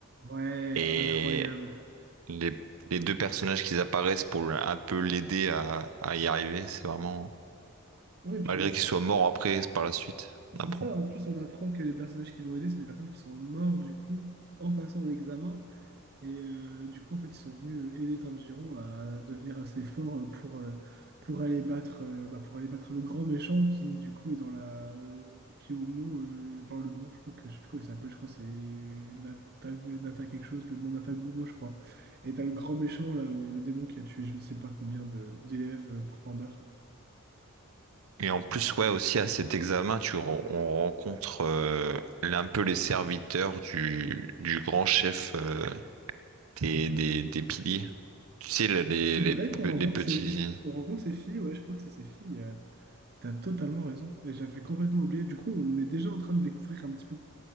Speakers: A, on the right (about 50°); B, on the right (about 90°).
A: Ouais,
B: Et
A: incroyable.
B: les, les deux personnages qui apparaissent pour le- un peu l'aider à, à y arriver, c'est vraiment...
A: Ouais, puis
B: Malgré
A: on apprend.
B: qu'il soit mort après, c'est par la suite,
A: C'est
B: on apprend.
A: ça, en plus on apprend que les personnages qui l'ont aidé, c'est des personnes qui sont mortes du coup en passant l'examen. Et euh, du coup, en fait, ils sont venus aider Tanjiro à devenir assez fort euh, pour, euh, pour aller battre, euh, bah, pour aller battre le grand méchant qui du coup est dans la. qui est au mont. euh, Enfin, le mont, je crois que je sais plus comment il s'appelle, je crois que c'est Nata... Nata quelque chose, le mont Natagumo, je crois. Et t'as le grand méchant, là, euh, le démon qui a tué je ne sais pas combien de- d'élèves euh, pour Pander.
B: Et en plus, ouais, aussi à cet examen, tu, re- on rencontre euh, un peu les serviteurs du, du grand chef euh, des, des, des piliers. Tu sais, les, les,
A: C'est
B: les
A: vrai qu'on
B: les
A: rencontre
B: petits...
A: ces... on rencontre ces filles, ouais, je crois que c'est ces filles. euh, T'as totalement raison. Et j'avais complètement oublié. Du coup, on est déjà en train de découvrir un petit peu